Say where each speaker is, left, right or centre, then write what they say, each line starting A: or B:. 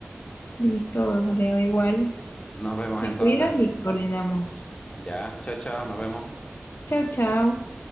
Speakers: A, on the left (about 65°); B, on the left (about 25°).
A: Listo, leo igual.
B: Nos vemos
A: Te
B: entonces.
A: cuidas y coordinamos.
B: Ya, chao, chao. Nos vemos.
A: Chao, chao.